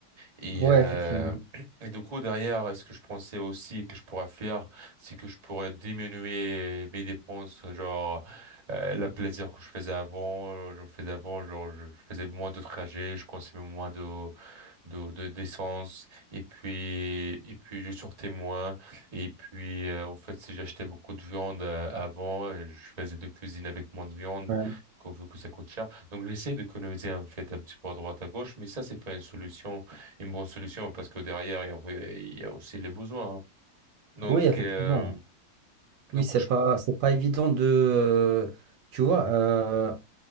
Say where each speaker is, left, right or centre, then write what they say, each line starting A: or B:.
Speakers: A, on the right (about 25°); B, on the right (about 70°).
A: Et,
B: ouais,
A: euh,
B: effectivement.
A: et du coup, derrière, ce que je pensais aussi que je pourrais faire, c'est que je pourrais diminuer mes dépenses, genre euh, la plaisir que je faisais avant, euh, je me faisais avant, genre je je faisais moins de trajets, je consommais moins de de, de d'essence et puis et puis je sortais moins et puis euh, en fait si j'achetais beaucoup de viande euh, avant et je faisais de cuisine avec moins de viande
B: Ouais.
A: qu'on veut que ça coûte cher donc j'essaie d'économiser en fait un petit peu à droite à gauche mais ça c'est pas une solution une bonne solution parce que derrière il y a, oui, il y a aussi les besoins hein. donc
B: Oui, effectivement.
A: euh,
B: Oui,
A: donc
B: c'est
A: je...
B: pas, c'est pas évident de, euh, tu vois, euh,